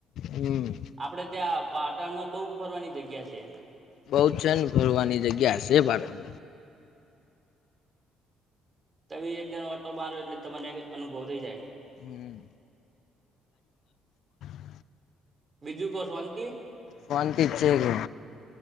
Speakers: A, on the left; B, on the right.
A: હમ્મ.
B: આપડે ત્યાં પાટણમાં બહુ ફરવાની જગ્યા છે.
A: બહુ છે ને ફરવાની જગ્યા છે પાટણ
B: તો ભી એક જનો ઓટો મારો એટલે તમને અનુભવ થઈ જાય.
A: હમ્મ <inaudible>
B: બીજું કો શાંતિ?
A: શાંતિ છે ગો,